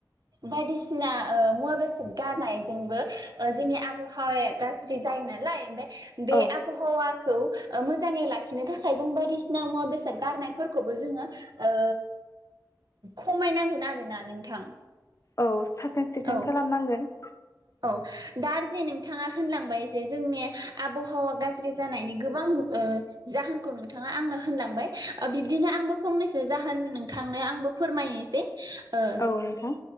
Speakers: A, on the right; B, on the left.
A: बायदिसिना ओ मुवा बेसाद गारनायजोंबो ओ जोंनि आबहावाया गाज्रि जायो नालाय ओमफाय बे
B: औ
A: आबहावा खौ ओ मोजाङै लाखिनो थाखाय जों बायदिसिना मुवा बेसाद गारनायफोरखौबो जोङो ओ खमायनांगोन आरोना नोंथां।
B: औ साखोन सिखोन
A: औ
B: खालामनांगोन।
A: औ दा जे नोंथाङा होनलांबाय जे जोंनि आबहावा गाज्रि जानायनि गोबां ओ जाहोनखौ नोंथाङा आंनो होनलांबाय ओ बिब्दिनो आंबो फंनैसो जाहोन नोंथांनो आंबो फोरमायनोसै। ओ
B: औ नोंथां